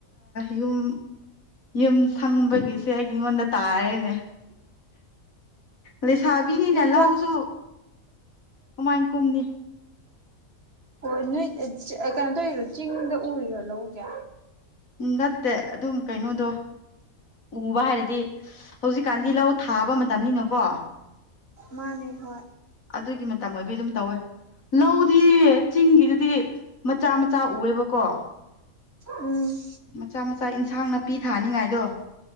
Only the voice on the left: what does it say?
ꯌꯨꯝ ꯌꯨꯝ ꯁꯪꯕꯒꯤ ꯁꯤ ꯑꯩ ꯑꯩꯉꯣꯟꯗ ꯇꯥꯔꯦꯅꯦ ꯂꯩ ꯁꯥꯕꯤꯅꯤꯅ
ꯂꯎꯁꯨ
ꯃꯃꯥꯏ ꯀꯨꯝꯅꯤ
ꯎꯝ ꯅꯠꯇꯦ ꯑꯗꯨꯝ ꯀꯩꯅꯣꯗꯣ ꯎꯕ ꯍꯥꯏꯔꯗꯤ ꯍꯧꯖꯤꯛꯀꯥꯟꯗꯤ ꯂꯧ ꯊꯥꯕ ꯃꯇꯝꯅꯤꯅꯀꯣ
ꯑꯗꯨꯒꯤ ꯃꯇꯝ ꯑꯣꯏꯕꯩ ꯑꯗꯨꯝ ꯇꯧꯋꯦ ꯂꯧꯗꯤ ꯆꯤꯡꯒꯤꯗꯨꯗꯤ ꯃꯆꯥ ꯃꯆꯥ ꯎꯌꯦꯕꯀꯣ
ꯃꯆꯥ ꯃꯆꯥ ꯏꯟꯁꯥꯡ ꯅꯥꯄꯤ ꯊꯥꯅꯤꯉꯥꯏꯗꯣ